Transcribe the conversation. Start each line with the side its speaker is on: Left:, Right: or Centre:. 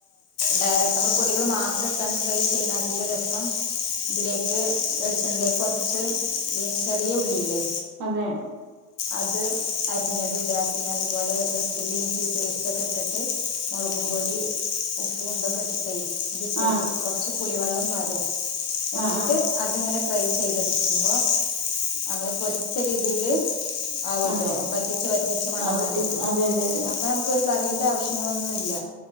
Left: ഡയറക്ട് നമ്മള് പൊടികൾ മാത്രം ഇട്ടാണ്ട് ഫ്രൈ ചെയ്യണത്‌ല് രസം ഇതിലേക്ക് വെളിച്ചണ്ണയിലേക്ക് കുറച്ച് ചെറിയ ഉള്ളില്ലേ
Right: അതെ
Left: അത് അരിഞ്ഞത് ഇട പിന്നെ അത് പൊലെ വെളുത്തുള്ളി ഇഞ്ചി പേസ്റ്റൊക്കെ ഇട്ടിട്ട് മുളകും പൊടി ഉപ്പും ഇതൊക്ക ഇട്ടിട്ടെ മിക്സ് ചെയ്ത്
Right: ആഹ്
Left: കു- ർച്ച് പുളിവെള്ളും പാര എന്നിട്ട്
Right: ആഹ് ആഹ്
Left: അത്ങ്ങനെ ഫ്രൈ ചെയ്തെട്ക്കുമ്പൊ നമ്മൾ പൊര്ച്ച രീതീല് ആവല്ലൊ
Right: അതെ
Left: വറ്റിച്ച് വറ്റിച്ച് കൊണ്ടന്നാ
Right: ആഹ് വറ്റിച്ച്
Left: മതി
Right: അതെ അതെ അതെ
Left: അപ്പ നമുക്കൊര് കറിന്റാവ്ശ്യങ്ങളൊന്നുല്ല